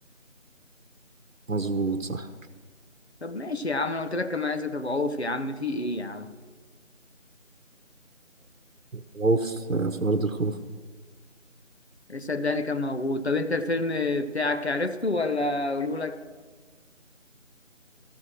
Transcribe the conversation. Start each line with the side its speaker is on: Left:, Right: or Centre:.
Right: مظبوط صح
Left: طب ماشي يا عم أنا قلت لك كان معاه عزت أبو عوف يا عم في إيه يا عم؟
Right: خوف آه، في أرض الخوف
Left: صدقني كان موجود طب أنت الفيلم بتاعك عرفته ولا أقوله لك؟